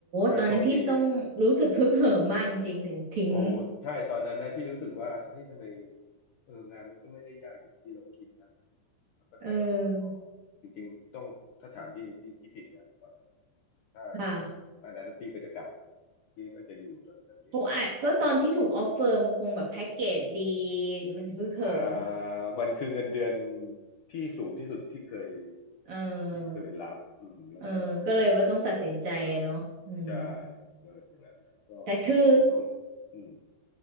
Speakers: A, on the left (about 65°); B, on the right (about 45°).
A: ถ้าโชคดี
B: ตอนนั้นพี่ต้องรู้สึกฮึกเหิมมากจริงๆถึงทิ้ง
A: โอ้ใช่ตอนนั้นนะพี่รู้สึกว่าเฮ้ยทำไมเอองานมันก็ไม่ได้ยากอย่างที่เราคิดนะแล้วไปไปมามาก็
B: เออ
A: จริงๆต้องถ้าถามพี่พี่คิดผิดนะตอนนั้นถ้าถ้าอันนั้นพี่ก็จะกลับ
B: ค่ะ
A: พี่ก็จะอยู่จนเกษียณนั่นแหละ
B: โหอาจก็ตอนที่ถูกออฟเฟอร์มันคงแบบแพ็กเกจดีมันฮึกเหิม
A: อ่ามันคือเงินเดือนที่สูงที่สุดที่เคย
B: เออ
A: ที่เคยรับอืมแล้วก็
B: เออก็เลยว่าต้องตัดสินใจอะเนาะอืม
A: ใช่เกิดอย่างนั้นเนี่ยก็
B: แต่คือ
A: อืมลองอืม